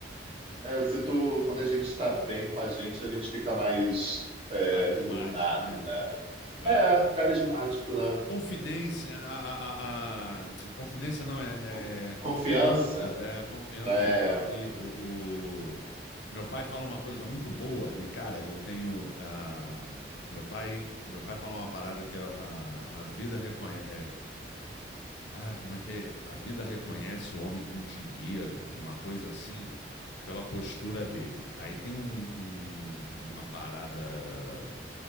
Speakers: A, on the right; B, on the left.
A: É, eu sinto quando a gente tá bem com a gente, a gente fica mais é,
B: Carismático,
A: iluminado,
B: né?
A: né?
B: É.
A: É, carismático, né?
B: Confidência, a, a- a- a- confidência não, é,
A: co-
B: é confiança,
A: Confiança.
B: é a confiança
A: É,
B: em si. O, o- meu pai fala uma coisa muito boa e, cara, eu tenho, ah, meu pai, meu pai fala uma parada que a, a, a vida reconhece, ah, como é que é? A vida reconhece o homem com dinheiro, uma coisa assim, pela postura dele. Aí tem um- um- uma parada